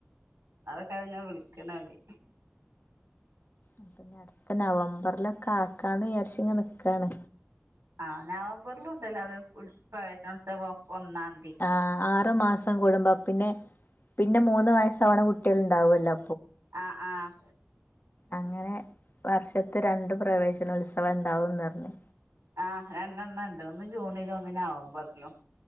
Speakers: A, on the right; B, on the left.
A: അതൊക്കെ <unintelligible> വിളിക്ക്ന്ന് അവല്
B: അപ്പൊ അടുത്ത നവംബറിലൊക്കെ ആക്കാന്ന് വിചാരിച്ചിങ്ങ നിക്കാണ്
A: ആ നവംബറിലും ഉണ്ടലെ അവിടെ പ്രവേശനോത്സവം ഒന്നാം തീയതി
B: ആ ആറു മാസം കൂടുമ്പം പിന്നെ പിന്നെ മൂന്ന് വയസ്സാവ്ണ കുട്ട്യാകൾ ഇണ്ടാവല്ലോ
A: ആ ആ
B: അങ്ങനെ വർഷത്ത് രണ്ടു പ്രവേശന ഉത്സവം ഉണ്ടാവുംന്ന് പറഞ്ഞ്
A: ആ രണ്ടെണ്ണം ഉണ്ട് ഒന്ന് ജൂണിലും ഒന്ന് നവംബറിലും